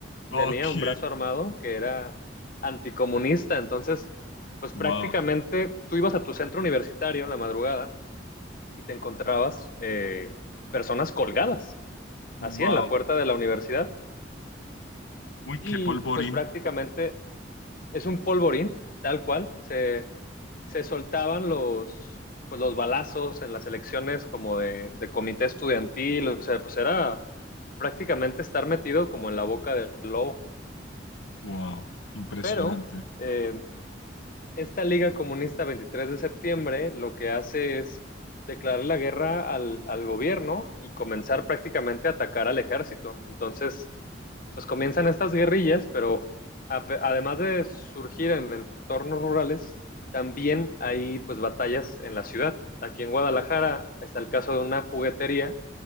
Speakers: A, on the left; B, on the left.
A: ok,
B: tenía un brazo armado que era anticomunista, entonces, pues
A: wow,
B: prácticamente tú ibas a tu centro universitario en la madrugada y te encontrabas eh, personas colgadas,
A: wow.
B: así en la puerta de la universidad,
A: Uy,
B: y
A: qué polvorín.
B: pues prácticamente es un polvorín, tal cual. Se, se soltaban los, pues, los balazos en las elecciones como de, de comité estudiantil, o sea, pues era prácticamente estar metido como en la boca del lobo.
A: Wow, impresionante.
B: Pero eh, esta Liga Comunista veintitrés de septiembre lo que hace es declarar la guerra al, al gobierno y comenzar prácticamente a atacar al ejército. Entonces, pues comienzan estas guerrillas, pero a- además de surgir en entornos rurales, también hay pues batallas en la ciudad. Aquí en Guadalajara está el caso de una juguetería